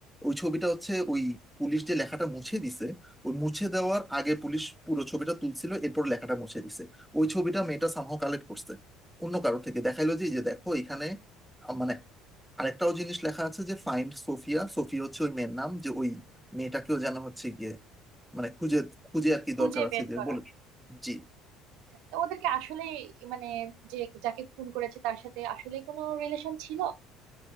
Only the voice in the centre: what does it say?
ওই ছবিটা হচ্ছে ওই পুলিশ যে লেখাটা মুছে দিছে ওই মুছে দেওয়ার আগে পুলিশ পুরো ছবিটা তুলছিল এরপর লেখাটা মুছে দিছে ওই ছবিটা মেয়েটা সামহাও কালেক্ট করছে অন্য কারো থেকে দেখাইলো যে এই যে দেখো এখানে আহ, মানে আরেকটাও জিনিস লেখা আছে যে ফাইন্ড সোফিয়া সোফিয়া হচ্ছে ওই মেয়ের নাম যে ওই মেয়েটাকেও জানা হচ্ছে গিয়ে মানে খুঁজে খুঁজে আর কি
দরকার আছে
যে
বলে জি